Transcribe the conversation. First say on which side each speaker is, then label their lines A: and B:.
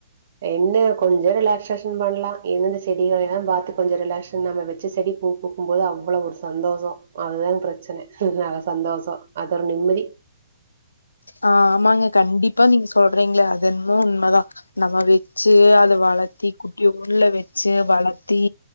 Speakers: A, on the right (about 45°); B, on the left (about 75°).
A: என்ன கொஞ்சோ ரிலாக்ஸ்சேஷன் பண்லா இ இந்த செடிகள் எல்லா பாத்து கொஞ்சோ ரிலாக்ஸ் நம்ம வச்ச செடி பூ பூக்கும்போது அவ்ளவு ஒரு சந்தோஷோ அதுதா பிரச்சன சந்தோஷோ அது ஒரு நிம்மதி
B: ஆமாங்க கண்டிப்பா நீங்க சொல்றீங்கள அது என்னமோ உண்மதா நம்ம வச்சி அது வளத்தி குட்டியோன்ல வச்சி வளத்தி